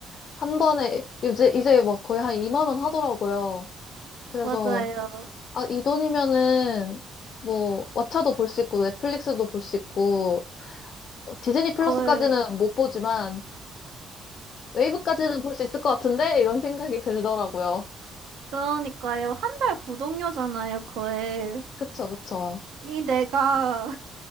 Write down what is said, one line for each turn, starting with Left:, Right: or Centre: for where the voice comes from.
Left: 한 번에, 이제, 이제 막 거의 한 2만 원 하더라고요. 그래서,
Right: 맞아요.
Left: 아, 이 돈이면은, 뭐, 왓챠도 볼 수 있고, 넷플릭스도 볼 수 있고, 어, 디즈니 플러스까지는
Right: 거의.
Left: 못 보지만, 웨이브까지는 볼 수 있을 것 같은데? 이런 생각이 들더라고요.
Right: 그러니까요. 한 달 구독료잖아요, 거의.
Left: 그쵸, 그쵸.
Right: 이 내가